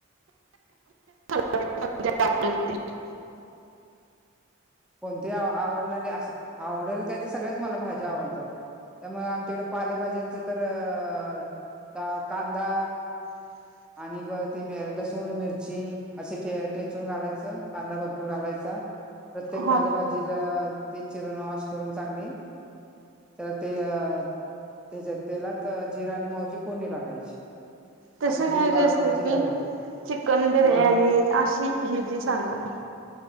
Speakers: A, on the right; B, in the centre.
A: ते <unintelligible> <inaudible>
B: कोणती आवडणारी अस आवडेल काय ते सगळ्याच मला भाजी आवडतात. त्यामुळे आमच्याकडें पालेभाज्यांचं तर अ कांदा
A: <unintelligible>
B: आणि ग ते मे लसूण मिरची असे ठे- ठेचून घालायचं कांदा भरपूर घालायचा प्रत्येक
A: हो
B: पालेभाजीला ती चिरून वॉश करून चांगली तर ते अ त्याच्यात तेलात जिरा आणि मोहरीची फोडणी टाकायची.
A: तस
B: आणि
A: नाही
B: ती
A: रेसिपी
B: भा भाजी टाकायची
A: चिकन बिर्याणी
B: मग
A: अशी हि जी सांगा.